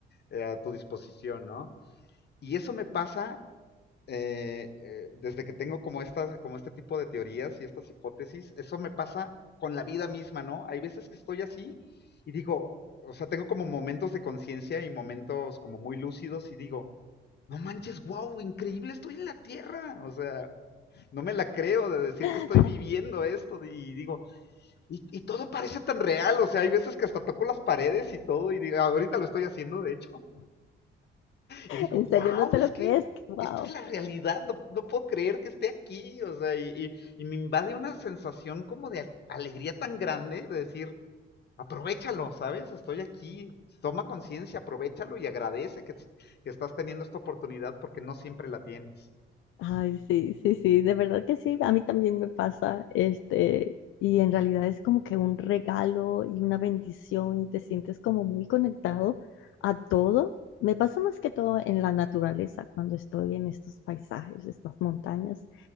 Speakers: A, on the left (about 55°); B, on the left (about 80°).
A: eh, a tu disposición, ¿no? Y eso me pasa eh, eh, desde que tengo como, estas, como este tipo de teorías y estas hipótesis, eso me pasa con la vida misma, ¿no? Hay veces que estoy así y digo, o sea, tengo como momentos de conciencia y momentos como muy lúcidos y digo, no manches, wow, increíble, estoy en la Tierra. O sea, no me la creo de decir
B: <laughs>
A: que estoy viviendo esto y digo, y, y todo parece tan real, o sea, hay veces que hasta toco las paredes y todo y digo, ahorita lo estoy haciendo, de hecho, y digo,
B: En
A: wow,
B: serio, ¿no te
A: es
B: lo
A: que
B: crees? Wow.
A: esto es la realidad, no, no puedo creer que esté aquí, o sea, y, y- y me invade una sensación como de alegría tan grande de decir, aprovechalo, ¿sabes? Estoy aquí, toma conciencia, aprovechalo y agradece que, que estás teniendo esta oportunidad porque no siempre la tienes.
B: Ay, sí, sí, sí, de verdad que sí, a mí también me pasa, este, y en realidad es como que un regalo y una bendición, y te sientes como muy conectado a todo. Me pasa más que todo en la naturaleza, cuando estoy en estos paisajes, estas montañas,